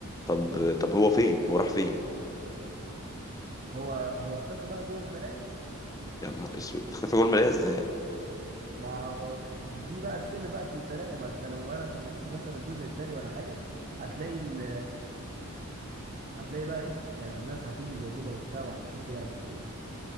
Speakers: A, on the left; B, on the right.
A: طب طب هو فين هو راح فين
B: هو هو اختفى بقى جوه المرايه
A: يا نهار اسود <laughs> اختفى جوه المرايه ازاي
B: ما دي بقى السر بقى في المرايه ما انت لو انا كملت مثلا الجزء التاني ولا حاجه هتلاقي ال هتلاقي بقى ايه يعني الناس هتيجي زي كده وبتاع وهيشوفوا يعني ال...